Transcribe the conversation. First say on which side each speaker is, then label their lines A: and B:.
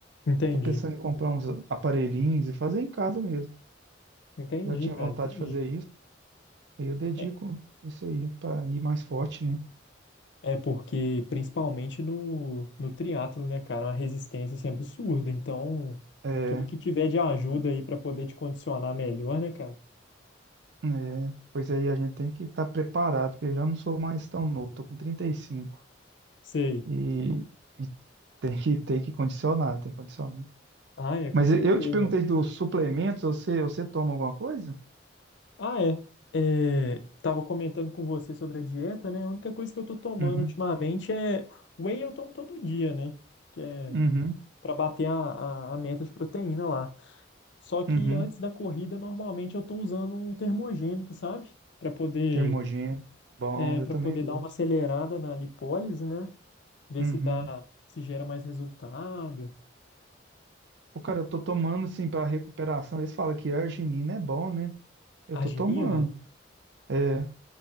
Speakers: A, on the left; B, on the right.
A: Entendi.
B: Tô pensando em comprar uns aparelhinhos e fazer em casa mesmo.
A: Entendi,
B: Já tinha
A: cara,
B: vontade
A: entendi.
B: de fazer isso, aí eu dedico
A: É,
B: isso aí para ir mais forte, né?
A: é porque, principalmente no, no triatlo, né, cara, a resistência assim, é absurda. Então,
B: É,
A: tudo que tiver de ajuda aí pra poder te condicionar melhor, né, cara?
B: É, pois aí a gente tem que estar preparado, porque eu já não sou mais tão novo, tô com 35
A: Sei.
B: e, cinco e e tem que, tem que condicionar, tem que condicionar.
A: Ah, é,
B: Mas
A: com certeza.
B: eu eu te perguntei dos suplementos, você, você toma alguma coisa?
A: Ah, é. É, tava comentando com você sobre a dieta, né? A única coisa que eu tô tomando
B: Uhum,
A: ultimamente é whey eu tomo todo dia, né? Que é
B: uhum,
A: pra bater a, a, a meta de proteína lá. Só que
B: uhum.
A: antes da corrida, normalmente eu tô usando um termogênico, sabe? Pra poder
B: Termogênico, bom,
A: é,
B: eu
A: para
B: também
A: poder dar
B: uso.
A: uma acelerada na lipólise, né? Ver
B: Uhum.
A: se dá, se gera mais resultado.
B: O cara, eu tô tomando assim para recuperação, eles falam que arginina é bom, né? Eu
A: Arginina?
B: tô tomando, é,